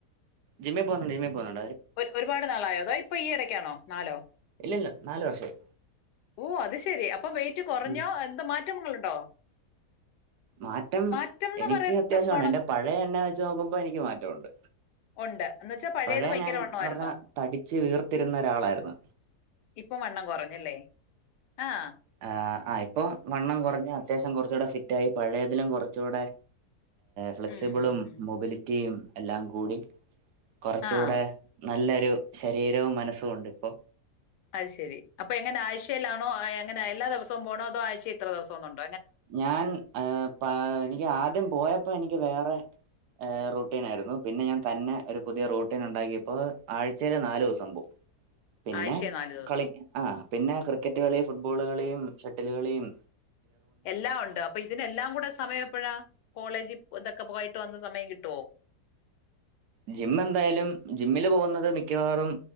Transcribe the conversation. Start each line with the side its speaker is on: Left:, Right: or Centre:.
Right: ജിം പോന്നോണ്ട് ജിം പോന്നോണ്ട്
Left: ഒരുപാട് നാളായോ അതാ ഇപ്പൊ ഈ ഇടക്കാണോ നാലോ
Right: ഇല്ലില്ല നാല് വർഷമായി
Left: ഓ അത് ശരി അപ്പൊ വെയിറ്റ് കുറഞ്ഞോ
Right: ഉം
Left: എന്താ മാറ്റങ്ങളുണ്ടോ
Right: മാറ്റം
Left: മാറ്റംന്ന്
Right: എനിക്ക്
Left: പറയത്തക്കോണം
Right: അത്യാവശ്യമാണ് എറെ പഴയ എന്നെ വച്ച് നോക്കുമ്പോ എനിക്ക് മാറ്റമുണ്ട്
Left: ഉണ്ട് എന്ന് വെച്ചാ പഴയത്
Right: പഴയ
Left: ഭയങ്കര
Right: ഞാൻ
Left: വണ്ണമായിരുന്നോ
Right: പറഞ്ഞ തടിച്ച്ു വീർത്തിരുന്ന ഒരാളായിരുന്നു
Left: ഇപ്പൊ വണ്ണം കുറഞ്ഞല്ലേ ആഹ
Right: ആഹ ആ് ഇപ്പൊ വണ്ണം കുറഞ്ഞഞ് അത്യാവശ്യം കുറച്ചൂടെ ഫിറ്റ് ആയി പഴയതിലും കുറച്ചുകൂടെ ഫ്ലെക്സിബിളും
Left: ഉം ഉം ഉം
Right: മൊബിലിറ്റിയും എല്ലാം കൂടി കുറച്ചുകൂടെ
Left: ആഹ്
Right: നല്ലൊരു ശരീരവും മനസ്സും ഉണ്ട് ഇപ്പോൊ
Left: അത് ശരി അപ്പൊ എങ്ങനെ ആഴ്ചയിലാണോ എങ്ങനെ എല്ലാ ദിവസവും പോണോ അതോ ആഴ്ച ഇത്ര ദിവസം ഒന്നും ഉണ്ടോ
Right: ഞാൻ ഏ പ എനിക്ക് ആദ്യം പോയപ്പോ എനിക്ക് വേറെ റൂട്ടീൻ ആായിരുന്നു പിന്നെ ഞാൻ റൂട്ടിൻ ആയിരുന്നു പിന്നെ തന്നെ ഒരു പുതിയ റൂട്ടീൻ ഉണ്ടാക്കിയപ്പോൊ ആഴ്ചയില് നാു ദിവസം പോവും പിന്നെ
Left: ആഴ്ചയിൽ നാല് ദിവസം
Right: കളി ആ പിന്നെ ക്രിക്കറ്റ് കളി ഫുട്ബ ഫബോളുകളെയും ഷട്ടലുകളെയും
Left: എല്ലാം ഉണ്ട് അപ്പൊ ഇതിനെല്ലാം കൂടെ സമയം എപ്പഴാ കോളേജ് ഇതൊക്കെ ഒക്കെ പോയിട്ട് വന്ന സമയം കിട്ടുവോ
Right: ജിം എന്തായാലും ജിമ്മില് പോകുന്നത് മിക്കവാറും